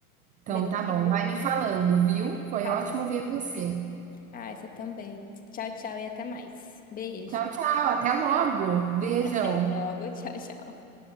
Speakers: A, on the right; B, on the left.
A: Então
B: Belezinha?
A: tá bom, vai me falando, viu? Foi
B: Tá
A: ótimo
B: bom.
A: ver você.
B: Ah, você também. Tchau, tchau e até mais. Beijo.
A: Tchau, tchau, até logo. Beijão.
B: Até logo. Tchau, tchau.